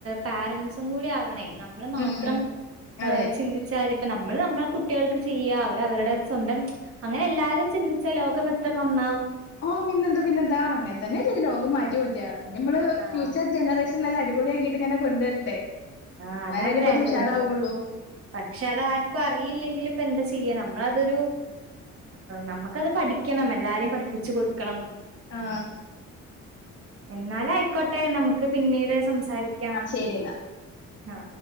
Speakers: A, on the right; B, on the left.
A: പോരന്റ്സും കൂടി ആവണേ നമ്മൾ മാത്രം
B: ഉം അതെ
A: ചിന്തിച്ചാല് ഇപ്പൊ നമ്മള് നമ്മളെ കുട്ട്യോൾക്ക് ചെയ്യ അവര് അവരുടെ സ്വന്തം അങ്ങനെ എല്ലാരും ചിന്തിച്ചാ ലോകം എത്ര നന്നാവും
B: ഓ പിന്നെന്താ പിന്നെന്താ അങ്ങനെ തന്നെയല്ലേ ഈ ലോകം മാറ്റി <unintelligible> ഇനി ഇമ്മള്
A: ആഹ്
B: ഫ്യൂച്ചർ ജനറേഷൻ നല്ല അടിപൊളിയാക്കിട്ട് ഇങ്ങനെ കൊണ്ടുവരണ്ടേ
A: ആ
B: എന്നാലേ
A: അതാണ്
B: അതിലിപ്പത്
A: വേണ്ടത്
B: ഉഷാറാവുള്ളൂ
A: പക്ഷെ അത് ആർക്കും അറിയില്ലെങ്കിലിപ്പൊ എന്താ ചെയ്യൂ - നമ്മളതൊരു നമുക്കത് പഠിക്കണം എല്ലാരെയും പഠിപ്പിച്ച് കൊടുക്കണം
B: ആ
A: എന്നാലയ്ക്കോട്ടെ നമുക്ക് പിന്നീട് സംസാരിക്കാം
B: ശരി എന്നാ
A: ആ